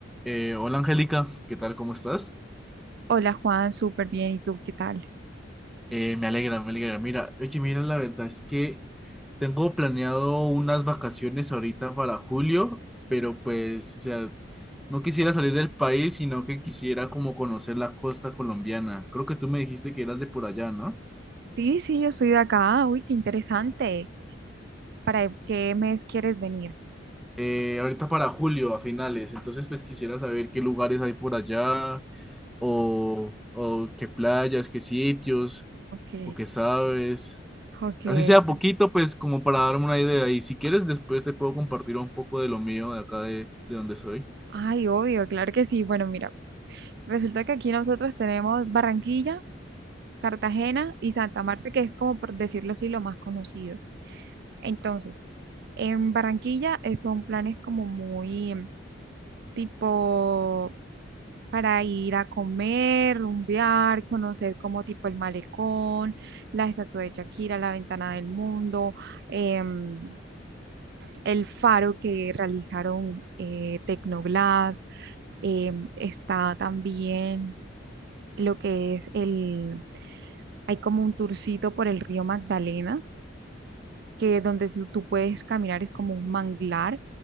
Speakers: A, in the centre; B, on the right (about 55°).
A: Eh, hola Angélica, ¿qué tal? ¿Cómo estás?
B: Hola Juan, súper bien. ¿Y tú qué tal?
A: Eh, me alegra, me alegra. Mira, oye, mira, la verdad es que tengo planeado unas vacaciones ahorita para julio, pero pues, o sea, no quisiera salir del país, sino que quisiera como conocer la costa colombiana. Creo que tú me dijiste que eras de por allá, ¿no?
B: Sí, sí, yo soy de acá. Uy, qué interesante. ¿Para qué mes quieres venir?
A: Eh, ahorita para julio, a finales, entonces pues quisiera saber qué lugares hay por allá, o, o qué playas, qué sitios,
B: Ok,
A: o qué sabes.
B: ok.
A: Así sea poquito,
B: per-
A: pues como para darme una idea. Y si quieres, después te puedo compartir un poco de lo mío de acá de, de donde soy.
B: Ay, obvio, claro que sí. Bueno, mira, resulta que aquí nosotros tenemos Barranquilla, Cartagena y Santa Marta, que es como por decirlo así, lo más conocido. Entonces, En Barranquilla eh, son planes como muy em, tipo para ir a comer, rumbear, conocer como tipo el malecón, la estatua de Shakira, la ventana del mundo, em, el faro que realizaron eh, Tecnoglass, em, está también lo que es el, hay como un tourcito por el río Magdalena que donde su- tú puedes caminar es como un manglar.